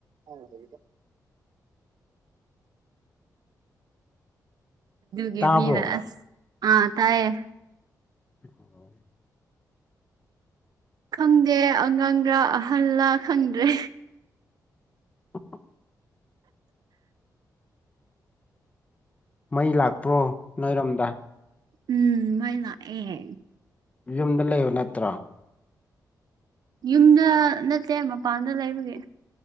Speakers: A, on the right (about 75°); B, on the left (about 20°).
A: ꯑꯗ ꯒꯤ
B: ꯇꯥꯕ꯭ꯔꯣ
A: ꯃꯤꯅ ꯑꯁ ꯑꯥ ꯇꯥꯏꯌꯦ
B: ꯍ
A: ꯈꯪꯗꯦ ꯑꯉꯥꯡꯒꯥ ꯑꯍꯜꯂꯥ ꯈꯪꯗ꯭ꯔꯦ
B: <unintelligible> ꯃꯩ ꯂꯥꯛꯄ꯭ꯔꯣ ꯅꯣꯏꯔꯣꯝꯗꯥ
A: ꯎꯝ ꯃꯩ ꯂꯥꯛꯑꯦ
B: ꯌꯨꯝꯗ ꯂꯩꯕ ꯅꯠꯇ꯭ꯔꯣ
A: ꯌꯨꯝꯗ ꯅꯠꯇꯦ ꯃꯄꯥꯟꯗ ꯂꯩꯕꯒꯤ